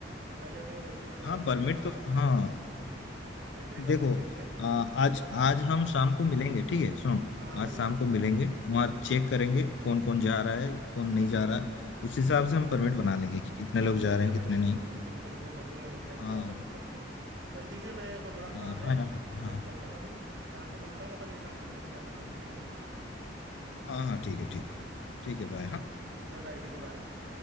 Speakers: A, on the right; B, on the left.
A: तो पहले अपने को रजिस्ट्रेशन कराना
B: हाँ
A: पड़ेगा
B: परमिट
A: ऑनलाइन
B: तो हाँ
A: वेबसाइट पे एंट्री परमिट
B: देखो
A: के लिए
B: अ, आज
A: ठीक है
B: आज हम शाम को मिलेंगे ठीक है सुनो
A: हाँ हाँ भाई
B: आज शाम को मिलेंगे वहाँ
A: हम्म
B: चेक करेंगे कौन कौन जा रहा है कौन नहीं जा रहा है उस हिसाब
A: हाँ तो
B: से हम परमिट बना लेंगे कि कितने
A: हाँ
B: लोग
A: उनकी
B: जा
A: फिर
B: रहे हैं
A: अपन
B: कितने नहीं
A: हाँ उनकी इन्फॉर्मेशन भर देंगे वेबसाइट
B: हाँ
A: पे अपन करते हैं चल ठीक है मेरे को थोड़ा काम
B: हाँ
A: है
B: फाइनल करते हैं
A: तो मैं
B: हाँ
A: निकलता हूँ अभी शाम को मिलता हूँ अपन ये काम कर लेते हैं परमिट वाला ठीक है
B: हाँ हाँ ठीक है ठीक है ठीक है बाय हाँ
A: चल भाई ठीक है भाई